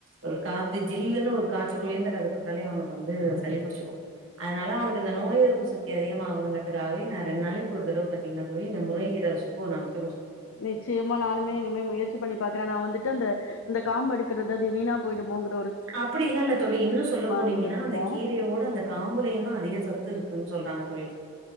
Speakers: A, on the right; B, on the left.
A: ஒரு காத்து ஜில்ன்னு ஒரு காற்றுக்குழிந்த <unintelligible> அவனுக்கு வந்து சளிபுடிச்சுக்கு அதனால அவனுக்கு இந்த நோய் எதிர்ப்பு சக்தி அதிகமாகானுகறதுக்காகவே நா ரெண்டு நாளைக்கு ஒரு தடவ பாத்தீங்கன்னா தோழி இந்த முருங்கக்கீர சூப்பு நா வெ
B: நிச்சயமா நானுமே இனிமே முயற்சி பண்ணி பாக்குறே நா வந்துட்டு அந்த அந்த காம்பு எடுக்கறது த அது வீணா போயிடுமோ ங்கறது
A: அப்டியெல்லா இல்ல தோழி இன்னு சொல்ல போனீங்கன்னா
B: இருந்துட்டு இருந்தேன்.
A: அந்த கீரையோட அந்த காம்புளையு தான் அதிக ச சத்து இருக்குன்னு சொல்றாங்க தோழி